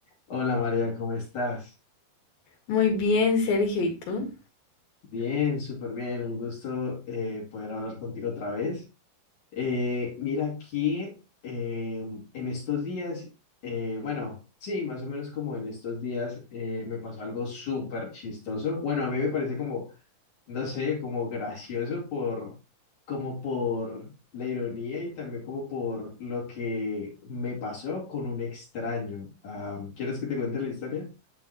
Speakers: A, on the left; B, on the left.
A: Hola María, ¿cómo estás?
B: Muy bien, Sergio, ¿y tú?
A: Bien, súper bien, un gusto eh, poder hablar contigo otra vez. Eh, mira aquí eh, en estos días, eh, bueno, sí, más o menos como en estos días eh, me pasó algo súper chistoso. Bueno, a mí me parece como, no sé, como gracioso por, como por la ironía y también como por lo que me pasó con un extraño. Ah, ¿quieres que te cuente la historia?